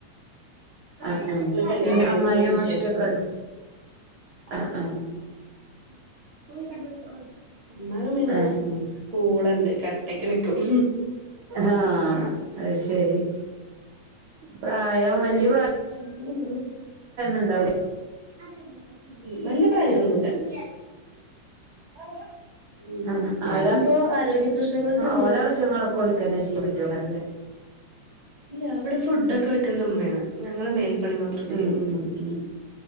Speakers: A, on the right; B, on the right.
A: ആ ആ
B: കല്യാണം
A: പിന്നെ
B: കഴിഞ്ഞ്
A: അമ്മായി
B: ഇപ്പൊ
A: അമോഷക്കൊക്കെ
B: വിശേഷമാണ്
A: ഉണ്ടോ? ആ ആ <unintelligible>
B: അമ്മായിമ പിന്നെ
A: ആ ഉം
B: കൂടെണ്ട് കട്ടക്ക്‌ നിക്കും.
A: ആ അത് ശരി പ്രായം വല്യ പ്രായ
B: <unintelligible>
A: ണ്ടാവുലെ. <unintelligible>
B: വല്യ പ്രായൊന്നുല്ല <unintelligible>
A: ആ
B: എന്നാലും
A: ഓല
B: ഇപ്പോ ആരോഗ്യ പ്രശ്നങ്ങളൊക്കെ ഉണ്ട്
A: ഓല ആവശ്യങ്ങളൊക്കെ ഓൽക്കന്നെ ചെയ്യാൻ പറ്റും. <unintelligible>
B: ഇല്ല അവിടെ ഫുഡക്കെ വെക്കുന്ന ഉമ്മയാണ്. ഞങ്ങള് മേൽപ്പണി മാത്രമേ
A: മ്
B: ചെയ്യുള്ളൂ
A: മ് മ്